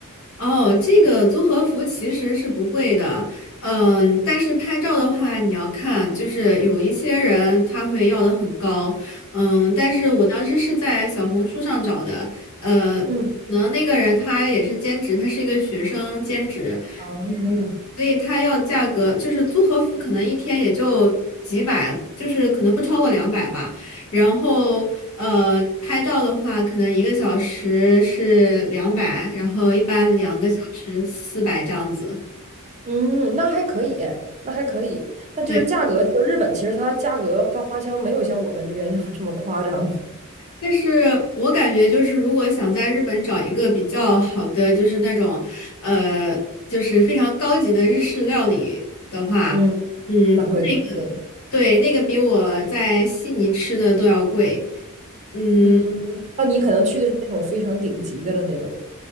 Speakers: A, on the left; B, on the right.
A: 哦，这个租和服其实是不贵的，嗯，但是拍照的话，你要看，就是有一些人他会要的很高，嗯，但是我当时是在小红书上找的，呃，可能那个人他也是兼职，
B: 嗯，
A: 他是一个学生兼职，
B: 啊，
A: 嗯，所以他要的价格就是租和服可能一天也就几百，就是可能不超过两百吧，然后。呃，拍照的话，可能一个小时是两百，然后一般两个小时四百这样子。
B: 嗯，那还可以哎那还可以，那就是价格，
A: 对，
B: 就是日本其实它价格它花销没有像我们这边这么这么夸张。
A: 但是我感觉就是，如果想在日本找一个比较好的，就是那种，呃，就是非常高级的日式料理的话，
B: 嗯，
A: 嗯，
B: 那会很贵。
A: 那个，对，那个比我在悉尼吃的都要贵。嗯，
B: 嗯，那你可能去的是那种非常顶级的了那种。